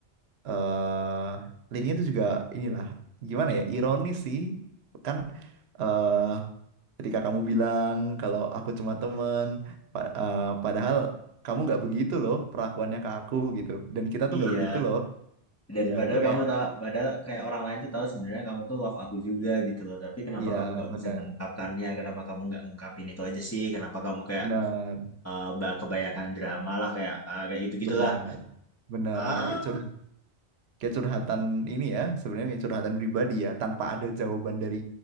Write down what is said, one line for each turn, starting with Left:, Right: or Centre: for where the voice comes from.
Right: eh liriknya tuh juga inilah gimana ya ironis sih kan eh ketika kamu bilang kalau aku cuma temen pa- eh, padahal kamu nggak begitu loh perlakuannya ke aku gitu dan kita tuh
Left: iya
Right: nggak begitu loh
Left: dan
Right: Iya
Left: padahal
Right: itu kayak
Left: kamu tahu padahal kayak orang lain tuh tahu sebenarnya kamu tuh love aku juga gitu loh tapi kenapa
Right: Iya
Left: kamu nggak
Right: benar
Left: bisa mengungkapkannya kenapa kamu nggak ngungkapin itu aja sih kenapa kamu kayak
Right: benar
Left: eh, bah kebanyakan drama lah kayak eh, kayak gitu gitulah
Right: benar benar
Left: ah
Right: kayak curhat kayak curhatan ini ya sebenarnya kayak curhatan pribadi ya tanpa ada jawaban dari